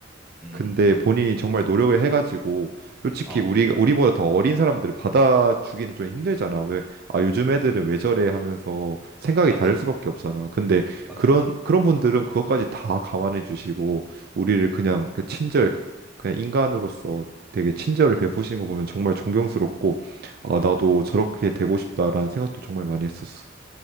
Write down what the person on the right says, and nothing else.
근데 본인이 정말 노력을 해가지고 솔직히
우리 우리보다 더 어린 사람들을 받아주기는 좀 힘들잖아. 왜 아 요즘 애들은 왜 저래 하면서 생각이
다를 수밖에 없잖아. 근데
그런 그런 분들은 그것까지 다 감안해 주시고 우리를 그냥 그 친절 그냥 인간으로서 되게 친절을 베푸시는 거 보면 정말 존경스럽고 아 나도 저렇게 되고 싶다라는 생각도 정말 많이 했었어.